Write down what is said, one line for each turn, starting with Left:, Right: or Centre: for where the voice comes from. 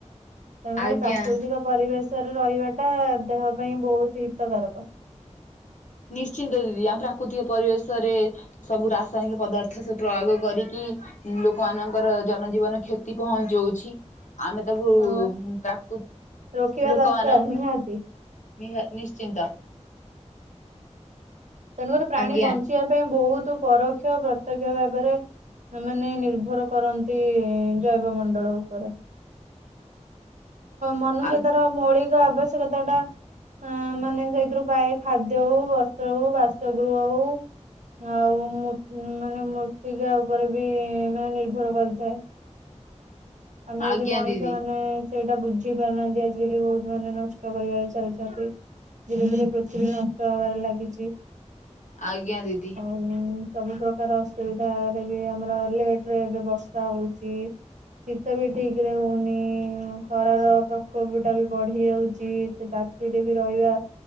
Right: ତେଣୁକରି
Left: ଆଜ୍ଞା
Right: ପ୍ରାକୃତିକ ପରିବେଶରେ ରହିବା ଟା ଦେହ ପାଇଁ ବହୁତ ହିତକାରକ।
Left: ନିଶ୍ଚିନ୍ତ ଦିଦି ଆମ ପ୍ରାକୃତିକ ପରିବେଶରେ ସବୁ ରାସାୟନିକ ପଦାର୍ଥ ସବ ପ୍ରୟୋଗ କରିକି ଲୋକମାନଙ୍କର ଜନଜୀବନ କ୍ଷତି ପହଞ୍ଚଉଛି। ଆମେ ତାକୁ
Right: ହଁ ବା
Left: ପ୍ରାକୃତ
Right: ରୋକିବା
Left: ଲୋକମାନଙ୍କର
Right: ଦରକାର ନିହାତି।
Left: ନିହା ନିଶ୍ଚିନ୍ତ।
Right: ତେଣୁକରି ପ୍ରାଣୀ
Left: ଆଜ୍ଞା
Right: ବଞ୍ଚିବା ପାଇଁ ବହୁତ ପରୋକ୍ଷ ଓ ପ୍ରତ୍ୟକ୍ଷ ଭାବରେ ସେମାନେ ନିର୍ଭର କରନ୍ତି ଜୈବ ମଣ୍ଡଳ ଉପରେ। ମନୁଷ୍ୟ
Left: ଆ
Right: ତାର ମୌଳିକ ଆବଶ୍ୟକତା ଟା ଅ ମାନେ ସେଇଥିରୁ ପାଏ ଖାଦ୍ୟ ହଉ ବସ୍ତ୍ର ହଉ ବାସଗୃହ ହଉ ଆଉ ମାନେ ମୃତ୍ତିକା ଉପରେ ବି ମାନେ ନିର୍ଭର କରିଥାଏ। ଆମେ
Left: ଆଜ୍ଞା
Right: ଯଦି ମଣିଷ
Left: ଦିଦି
Right: ମାନେ ସେଇଟା ବୁଝି ପାରୁନାହାନ୍ତି ଆଜିକାଲି ବହୁତ ମାନେ ନଷ୍ଟ କରିବାରେ ଚାଲିଛନ୍ତି। ଧୀରେ ଧୀରେ ପୃଥିବୀ ନଷ୍ଟ ହବାରେ ଲାଗିଛି।
Left: ଆଜ୍ଞା ଦିଦି।
Right: ଉଁ ସବୁ ପ୍ରକାର ଅସୁବିଧା ବି ଆମର ଲେଟ ରେ ଏବେ ବର୍ଷା ହଉଛି। ଶୀତ ବି ଠିକ ରେ ହଉନି ଖରାର ପ୍ରକୋପ ଟା ବି ବଢି ଯାଉଛି। ତା ରେ ବି ରହିବା